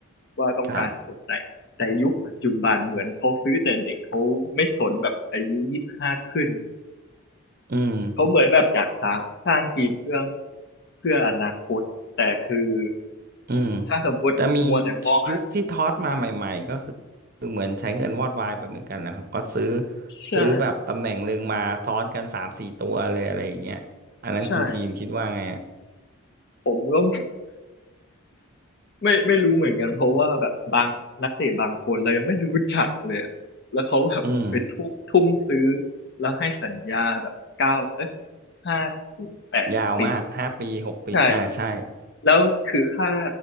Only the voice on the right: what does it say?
ครับอืม
อืม
แต่มียุคที่ทอสมาใหม่ ๆ ก็คือคือเหมือนใช้เงินวอดวายไปเหมือนกันนะครับก็ซื้อ
ซื้อแบบตำแหน่งหนึ่งมาซ้อนกันสามสี่ตัวเลย อะไรอย่างเงี้ยอันนั้นคุณทีมคิดว่าไงอะ
อืม
ยาวมากห้าปีหกปีอ่าใช่